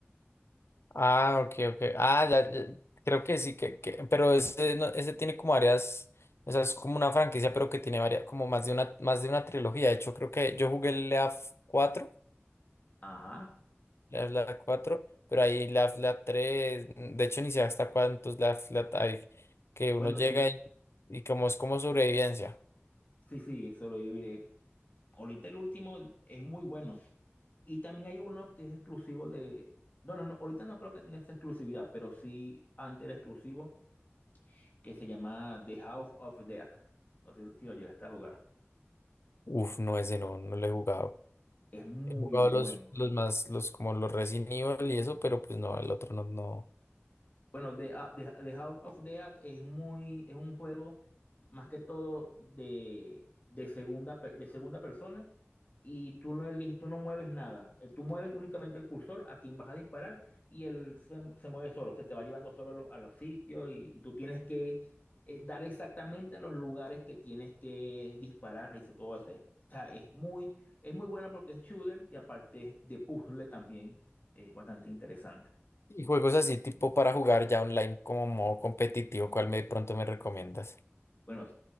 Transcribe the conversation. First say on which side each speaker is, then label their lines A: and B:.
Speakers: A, on the left (about 65°); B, on the left (about 40°).
A: Ah, ok, ok. Ah, ya, ya, creo que sí, que, que- pero ese, no- ese tiene como varias, o sea, es como una franquicia, pero que tiene varias, como más de una, más de una trilogía. De hecho, creo que yo jugué el Leaf 4,
B: Ajá.
A: Leaf Leaf 4, pero ahí Leaf Leaf 3, de hecho, ni sé hasta cuántos Leaf Leaf hay, que uno
B: Bueno,
A: llega
B: el,
A: y, y como es como sobrevivencia.
B: sí, sí, sobrevivir. eh. Ahorita el último es muy bueno. Y también hay uno que es exclusivo de. No, no, no. Ahorita no creo que tenga esa exclusividad, pero sí antes era exclusivo, que se llama The House of Dead. No sé si lo llegaste a jugar.
A: Uf, no, ese no, no lo he jugado.
B: Es muy
A: He jugado
B: bueno.
A: los, los más, los como los Resident Evil y eso, pero pues no, el otro no, no.
B: Bueno, The, A- The, The House of the Dead es muy, es un juego más que todo de, de segunda, per- de segunda persona y tú no eliges, tú no mueves nada. Eh, Tú mueves únicamente el cursor a quien vas a disparar y él se, se mueve solo, se te va llevando solo a, lo- a los sitios y, y tú tienes que eh, dar exactamente a los lugares que tienes que disparar y todo eso. Es- O sea, es muy, es muy buena porque es shooter y aparte es de puzzle también, es bastante interesante.
A: Y juegos así tipo para jugar ya online como modo competitivo, ¿cuál me pronto me recomiendas?
B: Bueno,